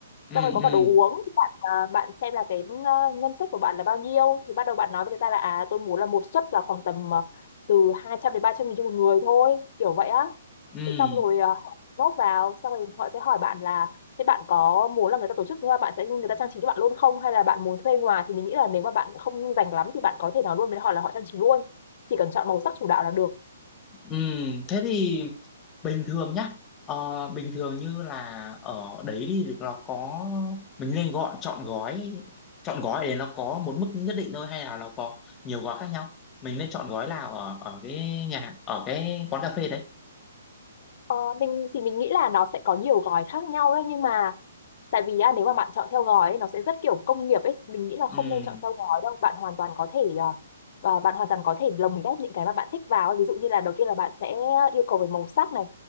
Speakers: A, on the left; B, on the left.
A: ừ
B: xong rồi
A: ừ
B: có cả
A: ừ
B: đồ uống thì bạn à, bạn xem là cái ờ, ngân sách của bạn là bao nhiêu thì bắt đầu bạn nói với người ta là à tôi muốn là một suất là khoảng tầm ờ, từ 200 đến 300 nghìn cho một người thôi kiểu vậy á
A: ừ.
B: thế xong rồi ờ, nốt vào xong rồi họ sẽ hỏi bạn là thế bạn có muốn là người ta tổ chức bạn sẽ người ta trang trí cho bạn luôn không hay là bạn muốn thuê ngoài thì mình nghĩ là nếu mà bạn không rành lắm thì bạn có thể nào luôn với họ là họ trang trí luôn chỉ cần chọn màu sắc chủ đạo là được
A: Ừm, thế thì bình thường nhá ờ, bình thường như là ở đấy đi thì nó có mình nên gọi chọn gói chọn gói để nó có một mức nhất định thôi hay là nó có nhiều gói khác nhau mình nên chọn gói nào ở ở cái nhà hàng- ở cái quán cà phê đấy
B: Ờ, mình thì mình nghĩ là nó sẽ có nhiều gói khác nhau đấy nhưng mà tại vì à, nếu mà bạn chọn theo gói ấy, nó sẽ rất kiểu công nghiệp ấy mình nghĩ là
A: Ừm,
B: không nên chọn theo gói đâu bạn hoàn toàn có thể ờ, ờ, bạn hoàn toàn có thể lồng ghép những cái mà bạn thích vào ấy. ví dụ như là đầu tiên là bạn sẽ yêu cầu về màu sắc này